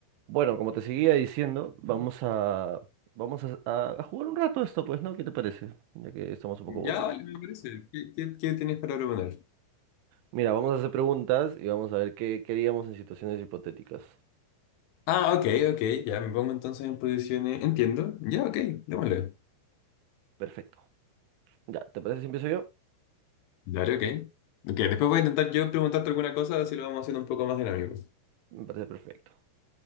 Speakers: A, on the right; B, on the left.
A: Bueno, como te seguía diciendo, vamos a, vamos a, a- a jugar un rato esto, pues, ¿no? ¿Qué te parece? Ya que estamos un poco
B: Ya,
A: aburridos.
B: vale, me parece. ¿Qué, qué, qué tienes para proponer?
A: Mira, vamos a hacer preguntas y vamos a ver qué queríamos en situaciones hipotéticas.
B: Ah, ok, ok, ya me pongo entonces en posiciones. Entiendo. Ya, ok, démosle.
A: Perfecto. Ya, ¿te parece si empiezo yo?
B: Dale, ok. Ok, después voy a intentar yo preguntarte alguna cosa, así lo vamos haciendo un poco más dinámico.
A: Me parece perfecto.